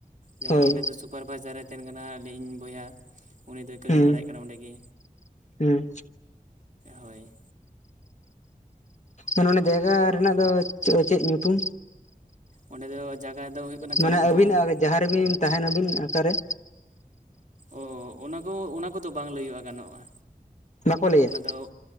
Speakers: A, on the right; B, on the left.
A: ᱡᱮᱢᱚᱱ
B: ᱦᱳᱭ
A: ᱚᱸᱰᱮ ᱫᱚ ᱥᱩᱯᱟᱨ ᱵᱷᱟᱭᱡᱟᱨ ᱮ ᱛᱟᱦᱮᱸᱱ ᱠᱟᱱᱟ ᱟᱹᱞᱤᱧ ᱵᱚᱭᱦᱟ ᱩᱱᱤ ᱫᱚᱭ ᱠᱟᱹᱢᱤ
B: ᱦᱩᱸ
A: ᱵᱟᱲᱟᱭᱮᱫ ᱠᱟᱱᱟ ᱚᱸᱰᱮ ᱜᱮ
B: ᱦᱩᱸ
A: ᱦᱳᱭ
B: ᱟᱨ ᱚᱱᱮ ᱡᱟᱭᱜᱟ ᱨᱮᱱᱟᱜ ᱫᱚ ᱪᱮᱫ ᱧᱩᱛᱩᱢ
A: ᱚᱸᱰᱮ ᱫᱚ ᱡᱟᱭᱜᱟ ᱫᱚ ᱦᱩᱭᱩᱜ ᱠᱟᱱᱟ
B: ᱢᱟᱱᱮ
A: ᱠᱟᱞᱤᱢᱯᱚᱝ
B: ᱟᱹᱵᱤᱱ ᱟᱨ ᱡᱟᱦᱟᱸ ᱨᱮᱵᱤᱱ ᱛᱟᱦᱮᱸᱱᱟᱵᱤᱱ ᱚᱠᱟᱨᱮ
A: ᱚ ᱚᱱᱟ ᱠᱚ ᱚᱱᱟ ᱠᱚᱫᱚ ᱵᱟᱝ ᱞᱟᱹᱭ ᱦᱩᱭᱩᱜᱼᱟ ᱜᱟᱱᱚᱜᱼᱟ
B: ᱵᱟᱠᱚ ᱞᱟᱹᱭᱟ
A: ᱚᱱᱟ ᱫᱚ